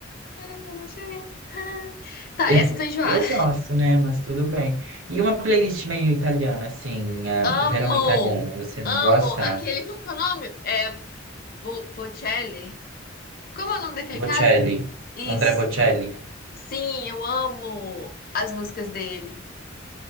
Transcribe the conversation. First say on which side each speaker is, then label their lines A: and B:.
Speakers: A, on the left; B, on the right.
A: Watermelon Sugar, high. Tá,
B: <laughs>
A: essa eu tô enjoada.
B: Eu gosto, né? Mas tudo bem. E uma playlist meio italiana, assim, é,
A: Amo!
B: verão italiano, você não
A: Amo!
B: gosta?
A: Aquele, como que é o nome? É, Bo- Bocelli? Como é o nome daquele
B: Bocelli,
A: cara? Isso.
B: André Bocelli.
A: Sim, eu amo as músicas dele.